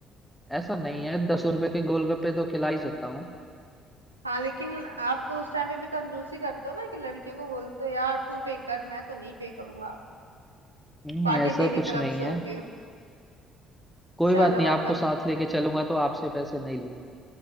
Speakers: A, in the centre; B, on the right.
A: ऐसा नहीं है दस रुपए के गोलगप्पे तो खिला ही सकता हूँ
B: हाँ लेकिन आप तो उस टाइम पे भी कंजूसी करते हो ना कि लड़कियों को बोलते हो यार तू पे कर मैं तो नहीं पे करूंगा
A: नहीं,
B: पार्टी
A: ऐसा
B: तेरी
A: कुछ
B: तरफ
A: नहीं
B: से
A: है
B: होगी
A: कोई
B: चलो
A: बात नहीं आपको
B: अगर
A: साथ लेके चलूंगा तो आपसे पैसे नहीं लूंगा